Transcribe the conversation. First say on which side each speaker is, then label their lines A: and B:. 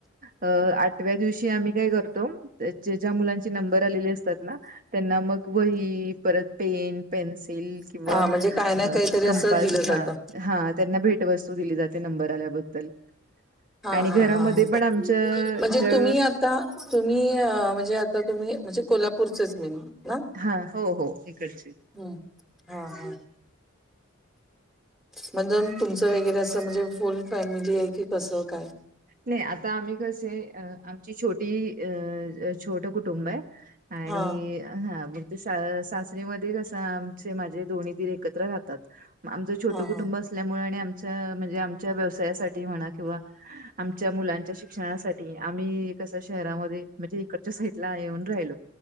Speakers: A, on the right (about 40°); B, in the centre.
A: अ आटव्या दिवशी आम्ही काय करतो त्य ज्या मुलांचे नंबर आलेले असतात ना त्यांना मग वही परत पेन पेन्सिल किंवा
B: हा म्हणजे काही ना
A: अ
B: काहीतरी
A: कंपास
B: असं दिलं
A: हा
B: जातं
A: हा त्यांना भेटवस्तू दिली जाते नंबर आल्याबद्दल.
B: हा
A: आणि
B: हा
A: घरामध्ये
B: हा हा म्हणजे
A: पण आमच्या ज्या
B: तुम्ही आ ता तुमी अ म्हणजे आता तुम्ही म्हणजे कोल्हापूरचेच मीन ना
A: हा हो हो इकडची.
B: हूं हा हा! म्हणज तुमचं वगैरे असं म्हणजे फुल फॅमिली आहे की कसं काय?
A: नाही आता आम्ही कसे अ आमची छोटी अ छोट कुटुंब आहे. आणि
B: हा
A: हा म्हण ते सासरीमध्ये कसं आमचे माझे दोन्ही दिर एकत्र राहतात. आमचं छोटं
B: हा हा
A: कुटुंब असल्यामुळ, आणि आमच्या म्हणजे आमच्या व्यवसायासाठी म्हणा किंवा आमच्या मुलांच्या शिक्षणासाठी आम्ही कस शहरामध्ये म्हणजे इकडच्या साईडला येऊन राहिलो